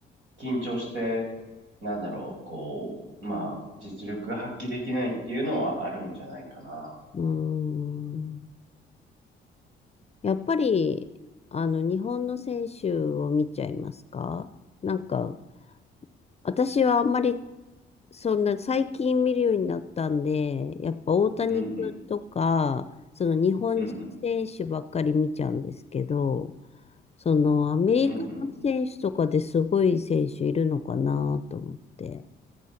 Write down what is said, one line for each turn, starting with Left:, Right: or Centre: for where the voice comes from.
Right: 緊張して、なんだろう、こう、まあ、実力が発揮できないっていうのはあるんじゃないかな。
Left: ーん。やっぱり、あの、日本の選手を見ちゃいますかなんか、私はあんまり、そんな、最近見るようになったんで、やっぱ大谷君とか、
Right: うんうん、
Left: その日本人選手ばっかり見ちゃうんですけど、
Right: うんうん、
Left: その、アメリカの選手とかですごい選手いるのかなと思って。
Right: うんうんうん。